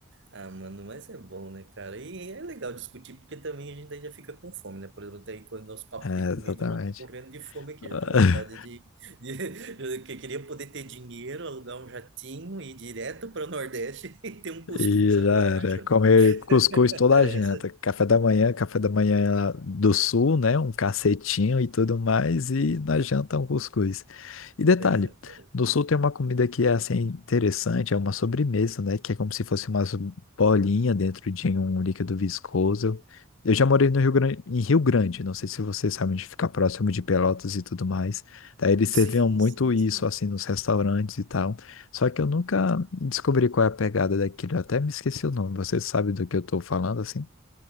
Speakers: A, on the right; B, on the left.
A: Ah, mano, mas é bom, né, cara? E é legal discutir, porque também a gente daí já fica com fome, né? Por exemplo, até aí quando nosso papo
B: É,
A: de comida,
B: exatamente.
A: eu já tô morrendo de fome aqui,
B: <laughs>
A: já tô com vontade de... de... <laughs> que eu queria poder ter dinheiro, alugar um jatinho e ir direto para o Nordeste <laughs> e ter um cuscuz
B: E
A: agora
B: já era.
A: na janta.
B: Comer cuscuz
A: <laughs>
B: toda
A: Essa...
B: a janta. Café da manhã, café da manhã do sul, né? Um cacetinho e tudo mais. E na janta um cuscuz. E detalhe,
A: Exatamente.
B: no sul tem uma comida que é assim interessante, é uma sobremesa, né? Que é como se fosse umas bolinhas dentro de um líquido viscoso. Eu já morei no Rio Grande, em Rio Grande, não sei se vocês sabem onde fica próximo de Pelotas e tudo mais. Daí eles serviam
A: Sim,
B: muito
A: sim,
B: isso
A: sim.
B: assim nos restaurantes e tal. Só que eu nunca descobri qual é a pegada daquilo. Eu até me esqueci o nome. Você sabe do que eu tô falando, assim?